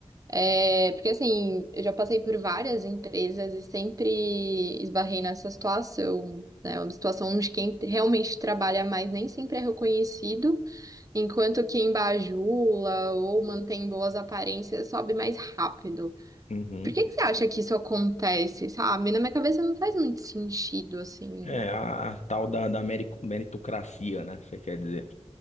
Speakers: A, on the right; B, on the left.
A: É, porque assim, eu já passei por várias empresas e sempre esbarrei nessa situação, né? É Uma situação onde quem realmente trabalha mais nem sempre é reconhecido, enquanto quem bajula ou mantém boas aparências sobe mais rápido.
B: Uhum.
A: Por que que você acha que isso acontece, sabe? Na minha cabeça não faz muito sentido, assim.
B: É, a, a tal da, da merico- meritocracia, né? Você quer dizer.